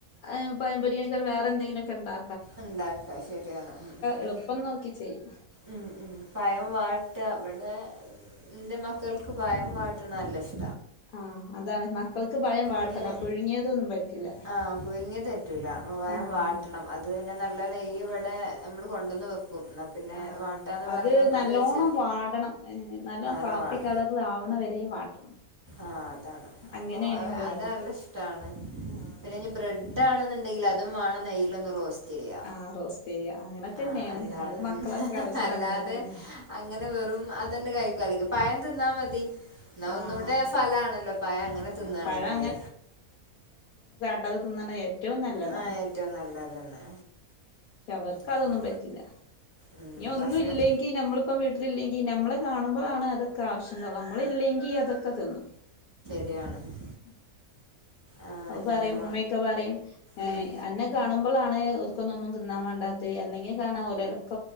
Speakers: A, on the left (about 85°); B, on the right (about 20°).
A: ഏ പയമ്പൊരിയോ വേറെ എന്തെങ്കിലൊക്കെണ്ടാ
B: ഉണ്ടാക്ക ശരിയാണ് ഉം ഉം ഉം
A: എളുപ്പം നോക്കി ചെയ്യും
B: മ് മ് പയം വാട്ട ഇവിടെ ഇന്റെ മക്കൾക്ക് പയം വാട്ടണ നല്ലഷ്
A: ആഹ് അതാണ് മക്കൾക്ക് പയം വാട്ടണം
B: ഇന്ന്
A: പുഴുങ്ങിയതൊന്നും പറ്റില്ല
B: ആഹ് പുഴുങ്ങിയത് പറ്റൂല പയം
A: ആഹ്
B: വാട്ടണം അത് പിന്നെ നല്ല നെയ്യ് ഇവിടെ നമ്മള് കൊണ്ടന്ന് വെക്ക് ക്കും എന്നാ പിന്നെ
A: ആഹ്
B: വട്ടാന്ന്
A: അത്
B: പറയുമ്പോ
A: നല്ലോണം
B: അതുവെച്ച്
A: വാടണം നല്ലോണം കാപ്പി
B: ല്ലോവാട
A: കളറിലാവണ വരെ വാട്ടണം
B: ആഹ് അതാണ്
A: അങ്ങനെയാണ്
B: അപ്പൊ
A: എന്റെ
B: അത്
A: മോൾക്ക്
B: നല്ല ഇഷ്ടാണ്
A: ആഹ് നല്ല
B: പിന്നെ ഇനി
A: ഇഷ്ടാ
B: ബ്രെഡ് ആണെന്നുണ്ടങ്കിലതും വേണം നെയ് <unintelligible> ചെയ്യ
A: ആഹ് റോസ്റ്റ് ചെയ്യ അങ്ങനെ തന്നെയാണ്
B: ആഹ് അല്ല
A: അത്
B: ഉം
A: മക്കളൊക്കെ
B: ഹ ഹ
A: അവസ്ഥ
B: ഹ അല്ലാതെ
A: അങ്ങനെ തന്നെയാണ്
B: അങ്ങനെ വെറും അതന്നെ കഴിക്കും അല്ലെങ്കി പയ തിന്നാ മതി എന്നാ
A: ആഹ്
B: ഒന്നുകൂടെ ഫലാണല്ലോ പഴ ങ്ങനെ
A: അങ്ങനെ
B: തിന്നാണെങ്കില്
A: പഴം ട്ടാതെ തിന്നണേ റ്റവും നല്ലതാണ്.
B: ആഹ് ഏറ്റവും നല്ലത് തന്നെ
A: ക്ഷേ അവര്ക്ക്
B: അപ്പം
A: അതൊന്നും പറ്റില്ല
B: ഉം
A: ഇനി ഒന്നുല്ലെങ്കി
B: ഭക്ഷണ
A: നമ്മളിപ്പം വീട്ടിലില്ലെങ്കി നമ്മളെ കാണുമ്പളാണ് അതൊ ക്കെ ആവശ്യണ്ടാവും നമ്മളില്ലെങ്കി അതൊക്കെ തിന്നും.
B: <unintelligible>
A: ഉം
B: ആ
A: അഅ് പറിം
B: നമ്മ
A: ഇമ്മക്കെ പറിം ഏ
B: ഉം
A: അന്നെ കാണുമ്പളാണ് ഓര് ക്കൊന്നൊന്നും തിന്നാ മാണ്ടാത്തെ അല്ലെങ്കി കാണാ ഓല് <unintelligible>